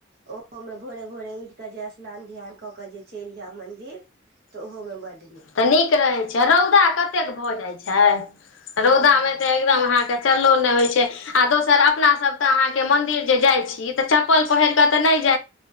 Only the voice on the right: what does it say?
ओहोमे भोरे भोरे उठि कऽ जे स्नान ध्यान कऽ कऽ जे चलि जाउ मन्दिर तऽ ओहोमे बन
हँ
हँ